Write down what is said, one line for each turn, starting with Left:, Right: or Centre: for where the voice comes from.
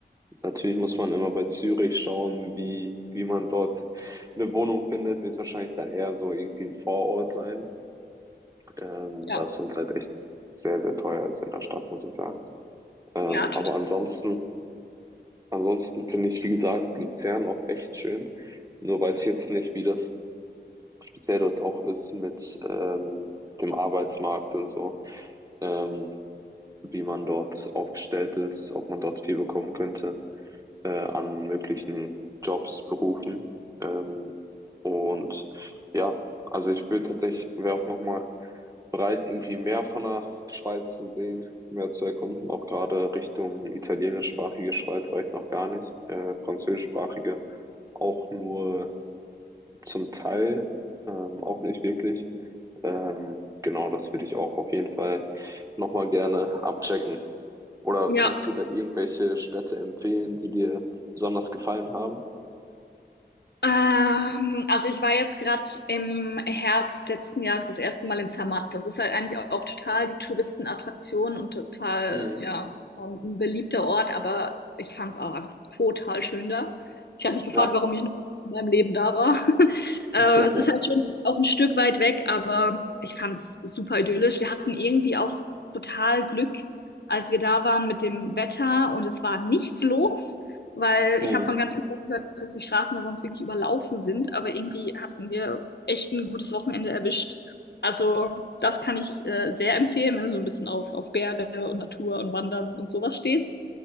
Right: natürlich muss man immer bei Zürich schauen, wie, wie man dort eine Wohnung findet, wird wahrscheinlich dann eher so irgendwie ein Vorort sein, ähm,
Left: Ja,
Right: da es uns halt echt sehr, sehr teuer ist in der Stadt, muss ich sagen. Ähm,
Left: ja, total.
Right: aber ansonsten, ansonsten finde ich, wie gesagt, Luzern auch echt schön. Nur weiß ich jetzt nicht, wie das speziell dort auch ist mit ähm, dem Arbeitsmarkt und so, ähm, wie man dort aufgestellt ist, ob man dort viel bekommen könnte äh, an möglichen Jobs, Berufen. Ähm, und ja, also ich würde tatsächlich, wäre auch nochmal bereit, irgendwie mehr von der Schweiz zu sehen, mehr zu erkunden, auch gerade Richtung italienischsprachige Schweiz war ich noch gar nicht, äh, französischsprachige auch nur zum Teil, ähm, auch nicht wirklich. Ähm, genau, das würde ich auch auf jeden Fall nochmal gerne abchecken. Oder
Left: Ja.
Right: kannst du da irgendwelche Städte empfehlen, die dir besonders gefallen haben?
Left: Ähm, also ich war jetzt gerade im Herbst letzten Jahres das erste Mal in Zermatt. Das ist halt eigentlich auch total die Touristenattraktion und total,
Right: Mhm.
Left: ja, ein beliebter Ort, aber ich fand es auch einfach total schön da. Ich habe mich gefragt,
Right: Ja.
Left: warum ich noch nie in meinem Leben da war. <laughs> Äh,
Right: <laughs>
Left: es ist halt schon auch ein Stück weit weg, aber ich fand es super idyllisch. Wir hatten irgendwie auch total Glück, als wir da waren mit dem Wetter und es war nichts los weil
Right: Mhm.
Left: ich habe von ganz vielen Leuten gehört, dass die Straßen da sonst wirklich überlaufen sind, aber irgendwie hatten wir echt ein gutes Wochenende erwischt. Also das kann ich äh, sehr empfehlen, wenn du so ein bisschen auf, auf Berge und Natur und Wandern und sowas stehst.